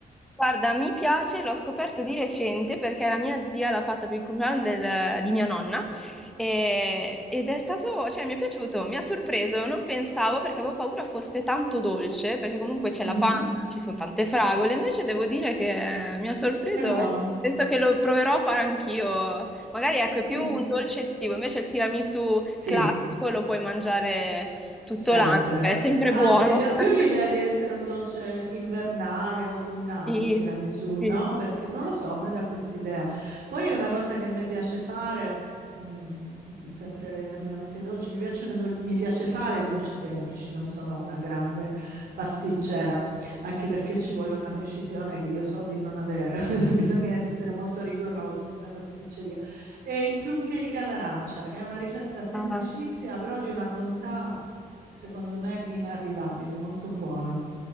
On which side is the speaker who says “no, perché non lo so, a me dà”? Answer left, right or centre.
Right